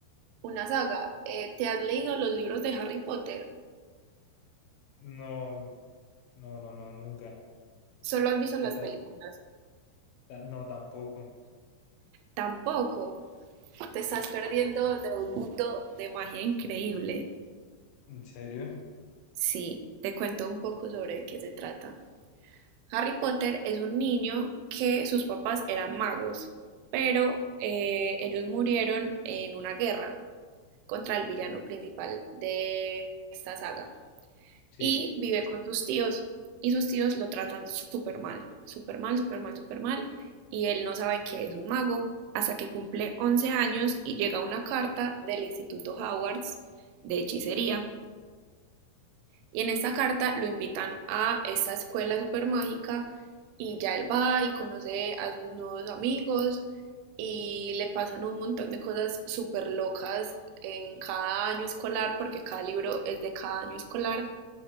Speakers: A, on the right; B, on the left.
A: Una saga. Eh, ¿te has leído los libros de Harry Potter?
B: No, no, no, no, nunca.
A: ¿Solo has visto
B: ¿Qué
A: las
B: tal?
A: películas?
B: Ta- No, tampoco.
A: Tampoco. Te estás perdiendo de un mundo de magia increíble.
B: ¿En serio?
A: Sí, te cuento un poco sobre qué se trata. Harry Potter es un niño que sus papás eran magos, pero eh, ellos murieron en una guerra contra el villano principal de esta saga
B: Sí.
A: y vive con sus tíos y sus tíos lo tratan súper mal, súper mal, súper mal, súper mal y él no sabe que es un mago hasta que cumple 11 años y llega una carta del Instituto Hogwarts de hechicería y en esta carta lo invitan a esta escuela super mágica y ya él va y conoce a sus nuevos amigos y le pasan un montón de cosas súper locas en cada año escolar, porque cada libro es de cada año escolar,